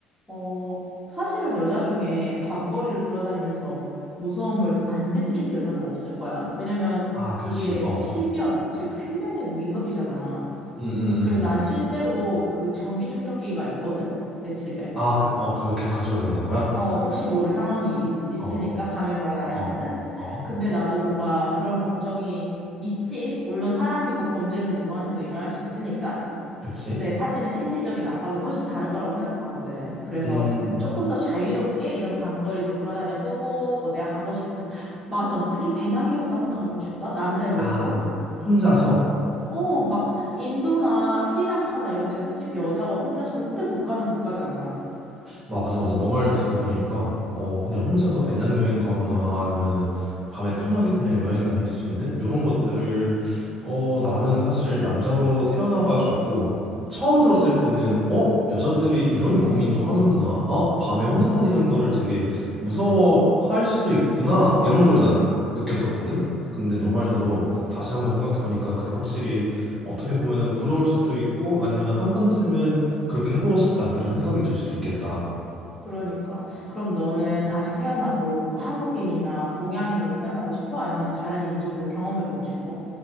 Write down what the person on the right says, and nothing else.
아, 그치.
어,
음, 음,
음.
아, 그, 어, 그걸 계속 가지고 다니는 거야?
어,
어,
어,
그치.
음,
아, 혼자서.
맞아, 맞아. 너 말 들어보니까, 어, 그냥 혼자서 배낭여행 가거나 아니면은 밤에 편하게 그냥 여행 다닐 수 있는 이런 것들을, 어, 나는 사실 남자로 태어나가지고 처음 들었을 때는, 어, 여자들이 이런 고민도 하는구나. 어, 밤에 혼자 다니는 거를 되게 무서워할 수도 있구나. 이런 거를 난 느꼈었거든. 근데 너
말대로 다시 한번 생각해보니까 그게 확실히 어떻게 보면은 부러울 수도 있고 아니면 한 번쯤은 그렇게 해보고 싶다 이런 생각이 들 수도 있겠다.